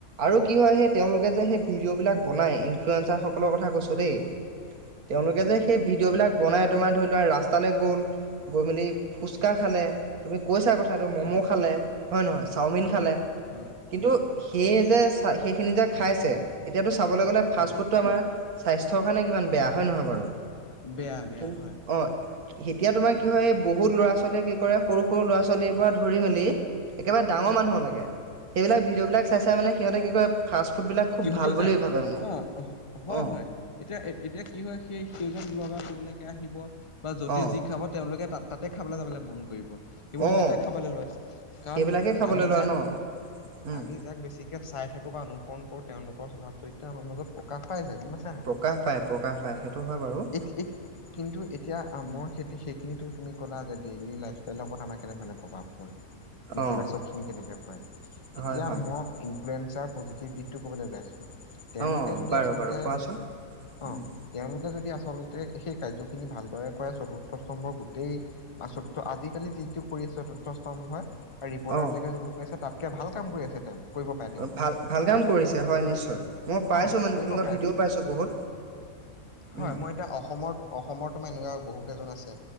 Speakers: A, on the right (about 85°); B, on the left (about 25°).
A: আৰু কি হয় সেই তেওঁলোকে যে সেই ভিডিঅ'বিলাক বনাই ইনফ্লুৱেশ্বাৰ সকলৰ কথা কৈছোঁ দেই। তেওঁলোকে
B: হয়
A: যে সেই ভিডিঅ'বিলাক বনাই তোমাৰ ধৰি লোৱা ৰাস্তালৈ গ'ল। গৈ মেলি ফুচকা খালে তুমি কৈছা কথা <unintelligible> ম'ম'
B: হয়
A: খালে হয় নে নহয় চাওমিন
B: হয়
A: খালে।
B: হয়
A: কিন্তু সেই যে সেইখিনি যে খাইছে এতিয়াতো চাবলৈ গ'লে ফাষ্ট
B: হয়
A: ফুডটো আমাৰ স্বাস্থ্যৰ কাৰণে কিমান বেয়া হয় নহয় বাৰু
B: বেয়া বেয়া
A: কিন্তু
B: হয়
A: অ এতিয়া তোমাৰ কি হয় এই বহুত ল'ৰা ছোৱালীয়ে কি কৰে সৰু, সৰু ল'ৰা ছোৱালীৰ পৰা ধৰি মেলি। একেবাৰে ডাঙৰ মানুহৰ লৈকে সেইবিলাক ভিডিঅ' বিলাক চাই, চাই মানে সিহঁতে কি কৰে ফাষ্ট ফুড বিলাক। খুব
B: সিহঁতেও
A: ভাল বুলি
B: যায়
A: ভাবে মানে
B: অ হয়,
A: অ
B: হয়। এতিয়া, এতিয়া কি হয় সেই সেইজন ব্লগাৰ যোৰলৈকে আহিব বা যতে
A: অ
B: যি খাব তেওঁলোকে তাত তাতে খাবলে যাবলে মন কৰিব সেইবোৰ
A: অ
B: বস্তুৱে খাবলৈ লয় কাৰণ
A: সেইবিলাকেই খাবলৈ
B: আমি
A: লয়
B: যাক
A: ন উম
B: আমি যাক বেছি চাই থাকো বা অনুসৰণ কৰো তেওঁলোকৰ স্বভাৱ চৰিত্ৰ আমাৰ মাজত প্ৰকাশ পাই যায় গম পাইছা
A: প্ৰকাশ পায় প্ৰকাশ পায় সেইটো হয় বাৰু
B: ঠিকে ঠিকে কিন্তু এতিয়া আম খেতি সেইখিনিতো তুমি ক'লা যে ডেইলি লাইফষ্টাইলৰ ওপৰত আমাৰ কেনেধৰণ প্ৰভাৱ পৰে নেতিবাচক
A: অ
B: খিনি কেনেকে পৰে এতিয়া
A: হয় হয়
B: মই ইনফ্লুৱেনচাৰ পজিটিভ দিশ টো কবলৈ ওলাইছো তেওঁলোকে
A: অ
B: যদি
A: বাৰু
B: আচলতে
A: বাৰু কোৱাচোন
B: অ
A: উম
B: তেওঁলোকে যদি আচলতে সেই কাৰ্যখিনি ভালদৰে কৰে চতুৰ্থ স্তম্ভৰ গোটেই পাচুত্ৰ আজিকালি যিটো কৰি চতুৰ্থস্তম্ভ হয় আৰু ৰিপৰ্টাৰ
A: অ
B: বিলাকে যোনটো কৈ আছে তাতকে ভাল কাম কৰি আছে তেওঁ কৰিব পাৰে তেওঁলোকে
A: অ ভাল ভাল কাম কৰিছে হয় নিশ্চয় মই পাইছো
B: অ
A: মানে
B: কৰিব
A: তেনেকুৱা
B: পাৰে
A: ভিডিঅ' পাইছো বহুত
B: হয়
A: উম
B: মই এতিয়া অসমত অসমৰ তোমাৰ এনেকুৱা বহু কেইজন আছে